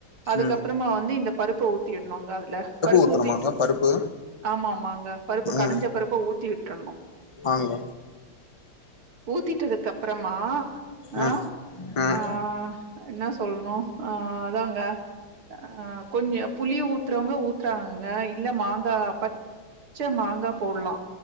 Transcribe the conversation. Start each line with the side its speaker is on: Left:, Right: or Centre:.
Right: அதுக்கப்புறமா
Left: ம்
Right: வந்து இந்த பருப்ப ஊத்திடனுங்க அதுல பருப்பு
Left: ஊத்தணுமாங்க
Right: ஊத்திட்டு
Left: பருப்பு
Right: ஆமா ஆமாங்க பருப்பு கடைஞ்ச
Left: ம்
Right: பருப்பு ஊத்தி வுட்ரணு
Left: ஆங்க
Right: ஊத்திட்டதுக்கப்புறமா அ
Left: ம் ம்
Right: ஆ என்ன சொல்லணு ஆ அதாங்க ஆ கொஞ்சோ புளி ஊத்துறவங்க ஊத்துறாங்கங்க இல்ல மாங் கா பச்ச மாங்கா போட்லா